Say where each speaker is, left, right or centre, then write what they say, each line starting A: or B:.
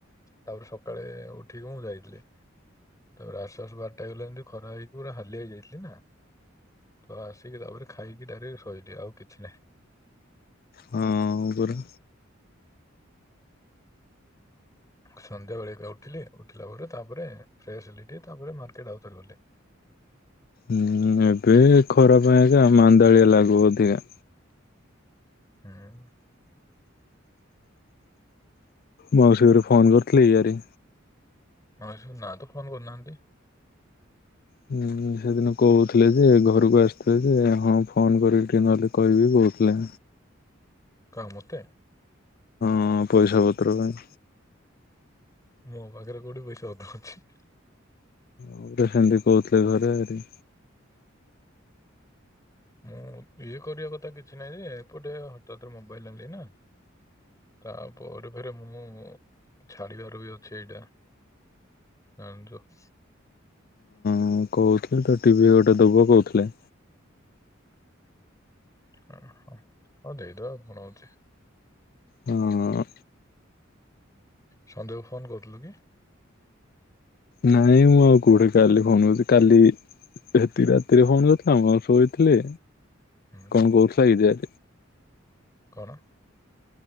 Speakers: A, on the left (about 15°); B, on the left (about 45°).
A: ତାପରେ ସକାଳେ ଉଠିକି ମୁଁ ଯାଇଥିଲି। ତାପରେ ଆସୁ ଆସୁ ବାରଟା ହେଇଗଲା ଯେମତି ଖରା ହେଇକି ପୁରା ହାଲିଆ ହେଇଯାଇଥିଲି ନା। ତ ଆସିକି ତାପରେ ଖାଇକି ଡାଇରେକ୍ଟ ଶୋଇଲି ଆଉ କିଛି ନାହିଁ।
B: ହଁ ପରା।
A: ସନ୍ଧ୍ୟା ବେଳେକେ ଉଠିଲି, ଉଠିଲା ପରେ ତାପରେ ଫ୍ରେଶ ହେଲି ଟିକେ ତାପରେ ମାର୍କେଟ ଆଉଥରେ ଗଲି।
B: ଉଁ ଏବେ ଖରା ପାଇଁ ଙ୍କା ମାନ୍ଦାଳିଆ ଲାଗୁ ଅଧିକା।
A: <unintelligible>
B: ମାଉସୀ ଘରେ ଫୋନ୍ କରିଥିଲି ଇଆରି
A: ମାଉସୀ ଘରେ ନାଁ ତ ଫୋନ୍ କରିନାଆନ୍ତି।
B: ହୁଁ ସେଦିନ କଉଥିଲେ ଯେ ଘରକୁ ଆସିଥିଲେ ଯେ ହଁ ଫୋନ୍ କରିକି ଟିକିଏ ନହେଲେ କହିବି କହୁଥିଲେ।
A: କାହାକୁ ମତେ?
B: ହଁ ପଇସା ପତ୍ର ପାଇଁ।
A: ମୋ ପାଖରେ କୋଉଠି ପଇସା ପତ୍ର ଅଛି।
B: ମତେ ସେମିତି କହୁଥିଲେ ଘରେ ଆରି।
A: ମୁଁ ବିଏ କରିବା କଥା କିଛି ନାହିଁ ଯେ ଏପଟେ ହଠାତ୍ ମୋବାଇଲ ଆଣିଲି ନା। ତାପରେ ଫେରେ ମୁଁ ଛାଡିବାର ବି ଅଛି ଏଇଟା। <unintelligible>
B: ମୁଁ କଉଥିଲି ତ ଟିଭି ଗୋଟେ ଦବ କହୁଥିଲେ।
A: ଓ ହଁ। ହଉ ଦେଇଦବା କଣ ହଉଚି।
B: ହଁ
A: ସଞ୍ଜୟକୁ ଫୋନ୍ କରିଥିଲୁ କି?
B: ନାଇଁ ମୁଁ ମୁଁ ଆଉ କୋଉଠି କାଲି ଫୋନ୍ କରିଚି କାଲି ସେ ହେତିକି ରାତିରେ ଫୋନ୍ କରିଥିଲା। ମୁଁ ଆଉ ଶୋଇଥିଲି,
A: ହୁଁ
B: କଣ କହୁଥିଲା କି ଯେ
A: କଣ?